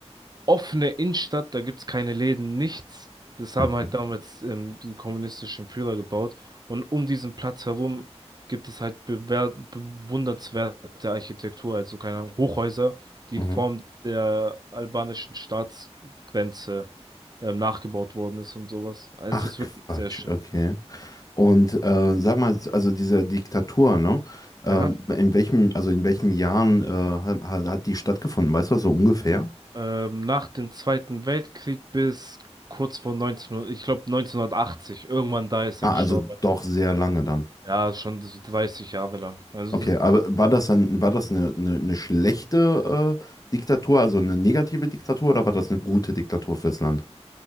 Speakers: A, on the right; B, on the left.
A: offene Innenstadt, da gibt's keine Läden, nichts. Das haben
B: Mhm.
A: halt damals ähm, die kommunistischen Führer gebaut. Und um diesen Platz herum gibt es halt bewer- bewundernswerte Architektur, also keine Ahnung, Hochhäuser, die
B: Mhm.
A: in Form der albanischen Staatsgrenze ähm, nachgebaut worden ist und sowas. Also
B: Ach
A: es ist wirklich
B: Quatsch,
A: sehr schön.
B: okay. Und äh, sag mal, also diese Diktatur, ne? Ähm,
A: Ja.
B: in welchem, also in welchen Jahren äh, hat, hat hat die stattgefunden? Weißt du das so ungefähr?
A: Ähm, nach dem Zweiten Weltkrieg bis kurz vor 1900, ich glaube neunzehnhundertachtzig. irgendwann da ist
B: Ah,
A: er gestorben.
B: also doch sehr lange dann.
A: Ja, schon so 30 Jahre lang. Also
B: Okay,
A: das,
B: aber war das dann, war das eine, eine, eine schlechte äh, Diktatur, also eine negative Diktatur, oder war das eine gute Diktatur fürs Land?